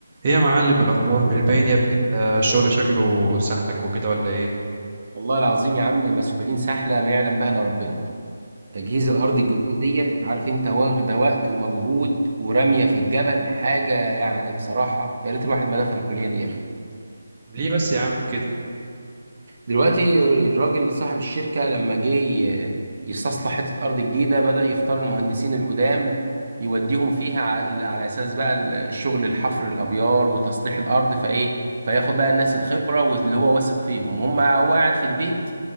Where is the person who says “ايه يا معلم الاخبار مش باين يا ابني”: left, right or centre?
Right